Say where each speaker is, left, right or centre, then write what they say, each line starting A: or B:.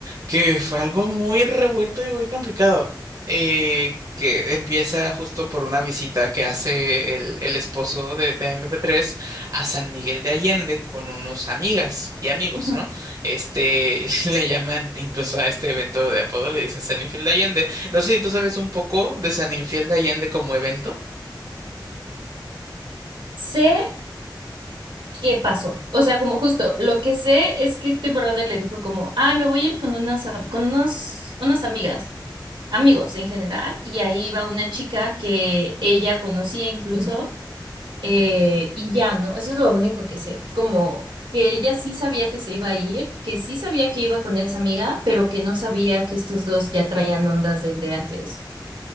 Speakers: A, on the right; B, on the right.
A: que fue algo muy revuelto y muy complicado, eh, que empieza justo por una visita que hace el, el esposo de, de MP3 a San Miguel de Allende con unos amigas y amigos,
B: Ujú.
A: ¿no? Este, <laughs> le llaman incluso a este evento de apodo, le dicen San Infiel de Allende. No sé si tú sabes un poco de San Infiel de Allende como evento.
B: Sé qué pasó. O sea, como justo, lo que sé es que este brother le dijo como, ay, me voy a ir con unas, am- con unos, unas amigas, amigos en general, y ahí va una chica que ella conocía incluso, eh, y ya, ¿no? Eso es lo único que sé, como que ella sí sabía que se iba a ir, que sí sabía que iba con esa amiga, pero que no sabía que estos dos ya traían ondas desde antes.